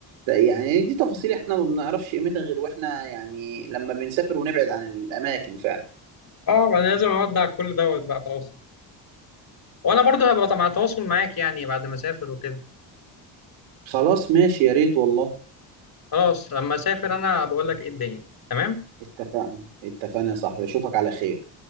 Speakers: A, on the right; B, on the left.
A: ده يعني دي تفاصيل إحنا ما بنعرفش قيمتها غير وإحنا يعني لما بنسافر ونبعد عن الأماكن فعلا
B: اه انا لازم اودع كل دوت بقى خلاص وانا برضو هبقى مع تواصل معاك يعني بعد ما اسافر وكده
A: خلاص ماشي يا ريت والله
B: خلاص لما اسافر انا بقول لك ايه الدنيا تمام
A: اتفق- اتفقنا يا صاحبي أشوفك على خير